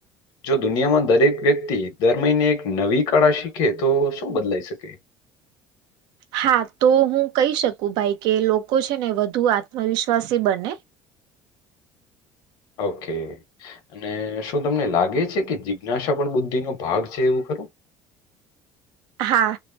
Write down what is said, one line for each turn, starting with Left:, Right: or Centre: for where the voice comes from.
Left: જો દુનિયામાં દરેક વ્યક્તિ, દર મહિને એક નવી કળા શીખે, તો શું બદલાઈ શકે?
Right: હા તો હું કહી શકું ભાઈ, કે લોકો છે ને વધુ આત્મવિશ્વાસી બને.
Left: ઓકે. અને શું તમને લાગે છે કે જિજ્ઞાસા પણ બુદ્ધિ નો ભાગ છે, એવું ખરું?
Right: હા